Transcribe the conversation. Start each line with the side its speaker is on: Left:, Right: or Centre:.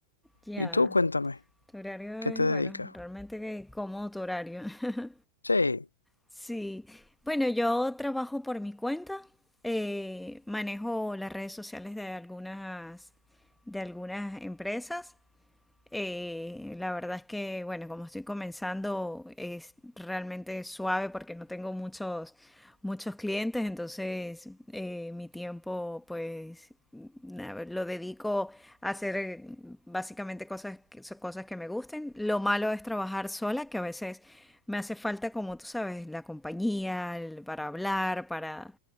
Centre: Ya,
Left: Y tú cuéntame,
Centre: tu horario
Left: ¿qué
Centre: es,
Left: te dedicas?
Centre: bueno, realmente que cómodo tu horario. <laughs>
Left: Sí,
Centre: Sí, bueno, yo trabajo por mi cuenta, eh, manejo las redes sociales de algunas, de algunas empresas eh, la verdad es que, bueno, como estoy comenzando, es realmente suave porque no tengo muchos, muchos clientes, entonces eh, mi tiempo, pues, a lo dedico a hacer eh, básicamente cosas que, so- cosas que me gusten. Lo malo es trabajar sola, que a veces me hace falta, como tú sabes, la compañía, el- para hablar, para...